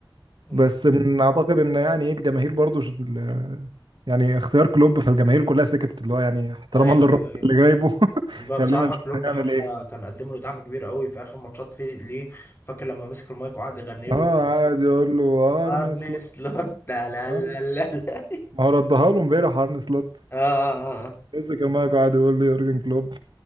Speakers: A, on the left; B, on the right.
A: مم.
B: بس إن اعتقد ان يعني ايه الجماهير برضو ش- ال- يعني اختيار كلوب فالجماهير كلها سكتت اللي هو يعني احتراما
A: ايوه
B: للراجل
A: ايوه ايوه
B: اللي جايبه <laughs>
A: بقى
B: خلينا
A: بصراحه
B: نشوف
A: كلوب
B: هيعمل
A: حتى
B: ايه
A: كان قدم له دعم كبير قوي في اخر ماتشات فيه ليه فاكر لما مسك المايك وقعد يغني له
B: اه قاعد يقول له ارن
A: ارنس
B: سلوت
A: لوت <laughs> لا لا
B: آه،
A: لا لا لا.
B: ما هو ردها له امبارح ارن سلوت
A: <laughs> اه آه، آه.
B: لسه كان مايكو قاعد يقول له يورجن كلوب